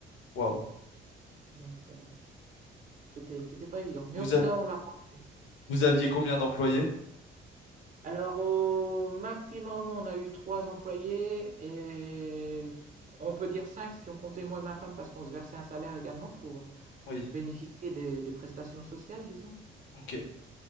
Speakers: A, on the left; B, on the right.
A: Waouh.
B: Donc euh, c'était c'était pas évident, mais
A: Vous
B: au final
A: a-
B: on l'a rendu.
A: vous aviez combien d'employés?
B: Alors au maximum on a eu trois employés et on peut dire cinq si on comptait moi et ma femme parce qu'on se versait un salaire également pour
A: Oui,
B: bénéficier des, des prestations sociales, disons,
A: ok.